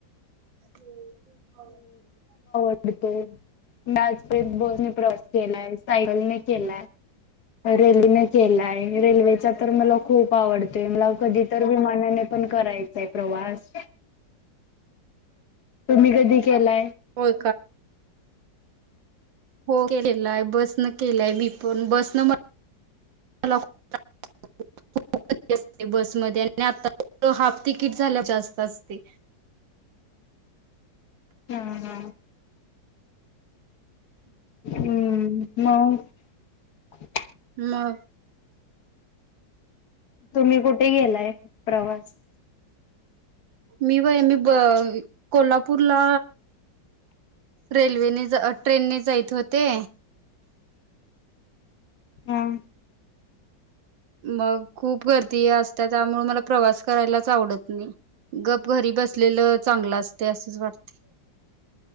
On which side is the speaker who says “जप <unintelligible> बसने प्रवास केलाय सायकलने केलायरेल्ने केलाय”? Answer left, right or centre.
Left